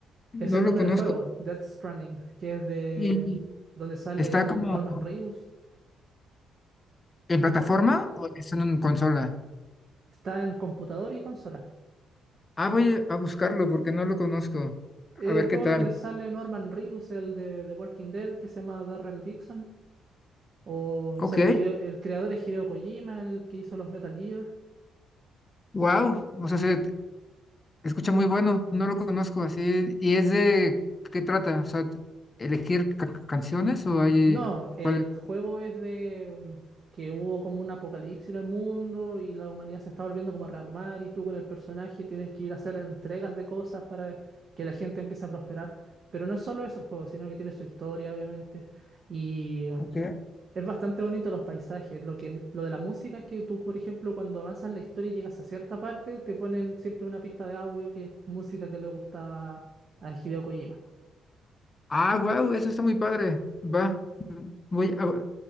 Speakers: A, on the left; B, on the right.
A: no
B: Es el
A: lo
B: nombre
A: conozco.
B: del juego, Death Stranding, que es de
A: ¿Y
B: donde sale
A: está
B: el
A: como
B: Norman Reedus.
A: en
B: el
A: plataforma
B: de-
A: o es en consola?
B: Está en computador y consola.
A: Ah, voy a buscarlo porque no lo conozco.
B: El
A: A ver
B: juego
A: qué tal.
B: donde sale Norman Reedus, el de The Walking Dead, que se llama Darrell Dixon. O
A: Ok,
B: sale Hideo- el creador es Hideo Kojima, el que hizo los Metal Gear.
A: wow, o sea, se Escucha muy bueno, no lo conozco así. ¿Y es de qué trata? O sea, ¿elegir ca- canciones o hay
B: No, el
A: cuál?
B: juego es de mm, que hubo como un apocalipsis en el mundo y la humanidad se está volviendo como a rearmar y tú con el personaje tienes que ir a hacer entregas de cosas para que la gente empiece a prosperar. Pero no es solo eso el juego, sino que tiene su historia, obviamente. Y um,
A: Ok.
B: es bastante bonito los paisajes. Lo que, lo de la música es que tú, por ejemplo, cuando avanzas la historia y llegas a cierta parte, te ponen siempre una pista de audio que es música que le gustaba a Hideo Kojima.
A: Ah, wow, eso está muy padre. Va, voy a,